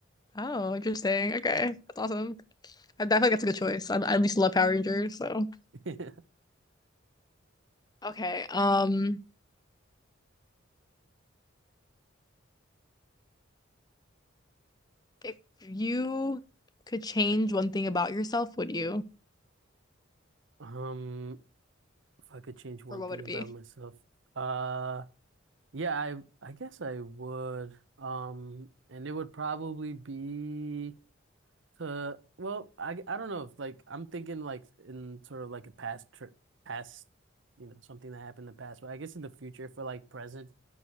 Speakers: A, on the left; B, on the right.
A: Oh, interesting. Okay. That's awesome. I, I feel like that's a good choice. I, I at least love Power Rangers, so
B: Yeah.
A: okay. Um, if you could change one thing about yourself, would you?
B: Um, if I could change one
A: Or what
B: thing
A: would it
B: about
A: be?
B: myself, uh, yeah, I I guess I would. Um, and it would probably be. To well, I I don't know if like I'm thinking like in sort of like a past trip, past you know something that happened in the past. But I guess in the future for like present,